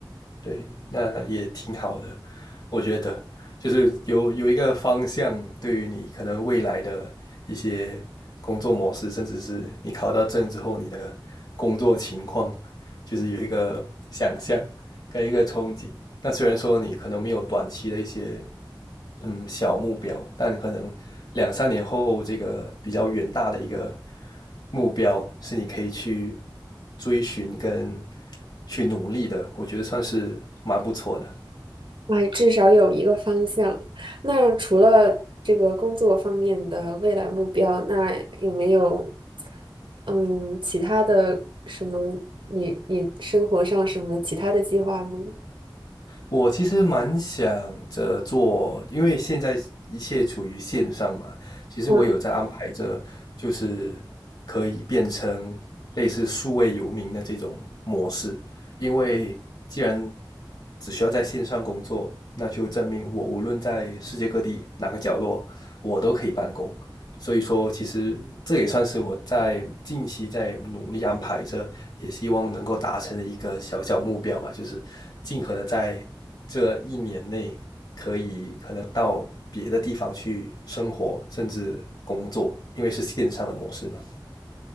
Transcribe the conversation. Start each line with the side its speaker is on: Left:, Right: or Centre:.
Left: 对，那也挺好的，我觉得，就是有有一个方向，对于你可能未来的一些工作模式，甚至是你考到证之后你的工作情况，就是有一个想象。跟一个冲击。那虽然说你可能没有短期的一些嗯小目标，但你可能两三年后这个比较远大的一个目标是你可以去追寻跟去努力的，我觉得算是蛮不错的。
Right: 哎，至少有一个方向。那除了这个工作方面的未来目标，那有没有嗯其他的什么你你生活上什么其他的计划吗？
Left: 我其实蛮想着做，因为现在一切处于线上嘛，其实我有在安排着，
Right: 嗯，
Left: 就是可以变成类似数位游民的这种模式，因为既然只需要在线上工作，那就证明我无论在世界各地哪个角落，我都可以办公。所以说，其实这也算是我在近期在努力安排着，也希望能够达成的一个小小目标嘛，就是尽可能在这一年内可以可能到别的地方去生活，甚至工作，因为是线上的模式嘛。